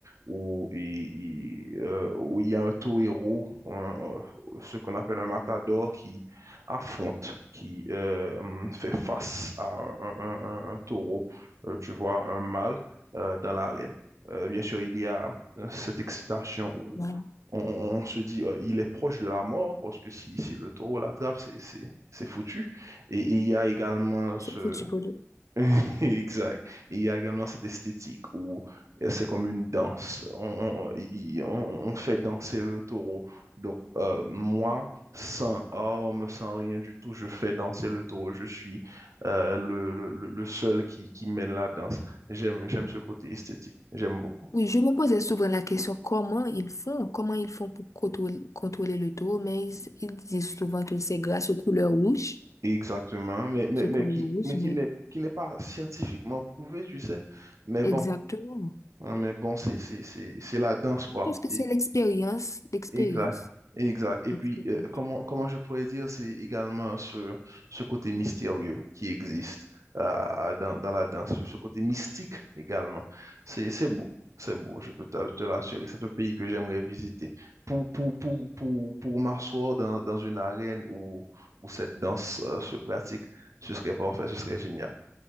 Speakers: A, on the right; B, on the left.
A: où il, il, euh, où il y a un taureau, un- un- ce qu'on appelle un matador, qui affronte, qui euh, hum, fait face à un, un- un- un taureau, euh, tu vois, un mâle euh, dans l'arène. Euh, bien sûr, il y a euh, cette excitation où
B: Ouais,
A: on, on- on se dit euh, il est proche de la mort, parce que si, si le taureau l'attrape, c'est c'est- c'est foutu. Et, il y a également ce...
B: c'est foutu pour le-
A: <laughs> Exact. il y a également cette esthétique où c'est comme une danse. On, on- il- on- on fait danser le taureau. Donc, euh, moi, sans armes, sans rien du tout, je fais danser le taureau. Je suis euh, le, le- le- le seul qui, qui mène la danse. J'aime, j'aime ce côté esthétique. J'aime beaucoup.
B: Oui, je me posais souvent la question comment ils font, comment ils font pour contrôler, contrôler le taureau, mais ils, ils disent souvent que c'est grâce aux couleurs rouges,
A: Exactement, mais, mais,
B: aux
A: mais
B: couleurs
A: qui,
B: rouges,
A: mais qui
B: mais
A: n'est, qui n'est pas scientifiquement prouvé, tu sais. Mais
B: exactement.
A: bon, hein, mais bon, c'est, c'est, c'est, c'est la danse, quoi.
B: Je pense que c'est l'expérience, l'expérience,
A: Exact, exact. Et
B: l'expérience.
A: puis, euh, comment, comment je pourrais dire, c'est également ce, ce côté mystérieux qui existe euh, dans, dans la danse, ce côté mystique également. C'est, c'est beau, c'est beau, je peux te, te l'assurer. C'est un pays que j'aimerais visiter. Pour, pour, pour, pour, pour m'asseoir dans, dans une arène où, où cette danse euh, se pratique, ce serait parfait, ce serait génial.